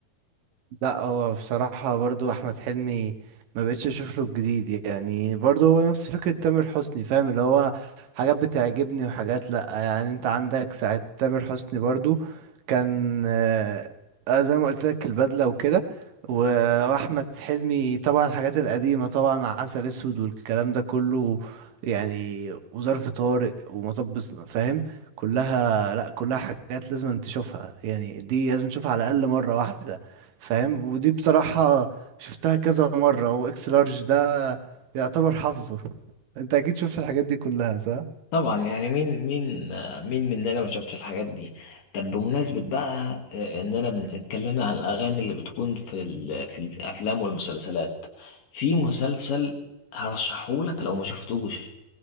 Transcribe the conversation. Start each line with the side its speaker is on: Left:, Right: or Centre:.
Right: لا هو بصراحة برضو أحمد حلمي ما بقتش أشوف له الجديد يعني برضو هو نفس فكرة تامر حسني فاهم اللي هو حاجات بتعجبني وحاجات لأ يعني أنت عندك ساعة تامر حسني برضو كان آه آه، زي ما قلت لك البدلة وكده و- وأحمد حلمي طبعا الحاجات القديمة طبعا عسل أسود والكلام ده كله يعني وظرف طارق ومطب صن- فاهم كلها لأ كلها حاجات لازم تشوفها يعني دي لازم تشوفها على الأقل مرة واحدة فاهم ودي بصراحة شفتها كذا مرة واكس لارج ده يعتبر حافظه انت اكيد شفت الحاجات دي كلها صح؟
Left: طبعا يعني مين مين آه، مين مننا ما شافش الحاجات دي طب بمناسبة بقى آه، اننا بن- اتكلمنا عن الاغاني اللي بتكون في ال... في الافلام والمسلسلات في مسلسل هرشحهولك لو ما شفتوش